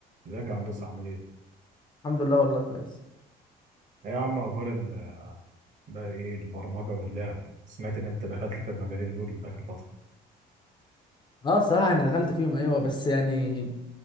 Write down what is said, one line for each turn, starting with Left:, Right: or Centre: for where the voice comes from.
Right: ازيك يا هندسة عامل ايه؟
Left: الحمد لله والله كويس
Right: ايه يا عم اخبار ال- بقى ايه البرمجة واللعب؟ سمعت ان انت دخلت في المجالين دول اخر فترة
Left: اه الصراحه انا دخلت فيهم ايوه بس يعني